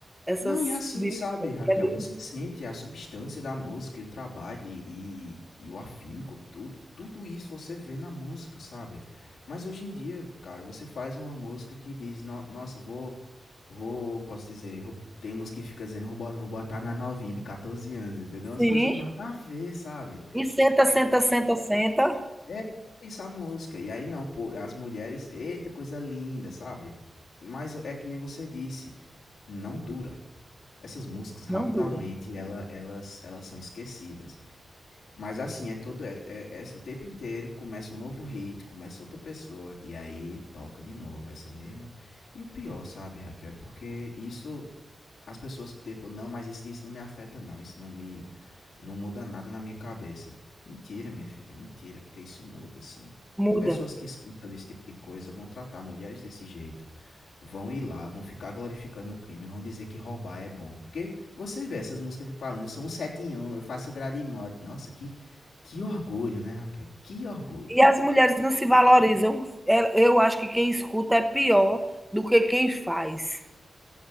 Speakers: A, in the centre; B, on the left.
A: essas
B: Não, e assim,
A: de
B: sabe,
A: funk,
B: Raquel,
A: é bem-
B: você sente a substância da música e o trabalho e e e o afinco, tudo, tudo isso você vê na música, sabe. Mas hoje em dia, cara, você faz uma música que diz: "No nossa, vou vou posso dizer, ro" tem umas que fica dizendo: "Vou bo vou botar na novinha de 14 anos", entendeu, umas
A: sim,
B: coisas nada a ver, sabe.
A: e senta, senta, senta, senta,
B: É, isso a música. E aí não, pô, as mulheres, eita, coisa linda, sabe? Mas é que nem você disse, não dura. Essas músicas rapidamente
A: não dura,
B: ela, elas elas são esquecidas. Mas assim, é todo é, é, é o tempo inteiro começa um novo hit, começa outra pessoa e aí toca de novo essa mesma. E o pior, sabe, Raquel, é porque isso as pessoas, tipo, não, mas isso, isso não me afeta, não. Isso não me. Não muda nada na minha cabeça. Mentira, minha filha, mentira, porque isso muda, assim.
A: muda.
B: Pessoas que escutam esse tipo de coisa vão tratar mulheres desse jeito, vão ir lá, vão ficar glorificando o crime, vão dizer que roubar é bom. Porque você vê essas músicas ficam falando, eu sou um sete e um eu faço grade em moto. Nossa, que, que orgulho, né, Raquel? Que orgulho.
A: E as mulheres não se valorizam. É- Eu acho que quem escuta é pior do que quem faz.